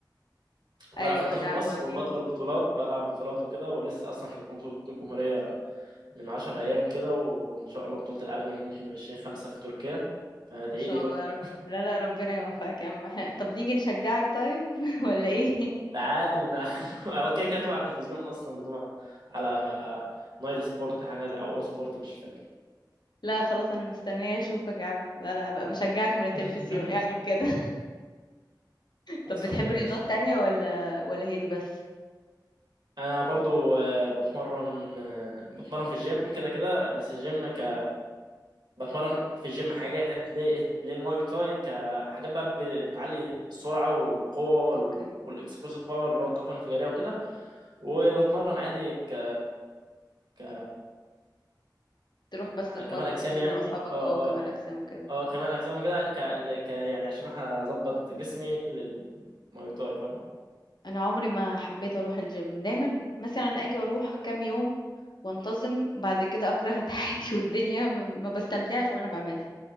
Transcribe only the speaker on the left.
ايوه
بقى يا عم
وجيه
ان شاء
الله يا رب لا لا ربنا يوفقك يا عم احنا طب نيجي نشجعك طيب <laughs> ولا ايه
لا خلاص انا مستنيه اشوفك يا عم لا لا بقى بشجعك من التلفزيون
اعرف كده
طب بتحب
رياضات
تانية ولا ولا هي دي بس
مم.
اوكي
تروح بس
تتمرن
كده
انت واصحابك
اه وكمال
اجسام وكده
انا عمري ما حبيت اروح الجيم دايما مثلا اجي اروح كام يوم وانتظم بعد كده اكره <laughs> حياتي والدنيا م- ما بستمتعش وانا بعملها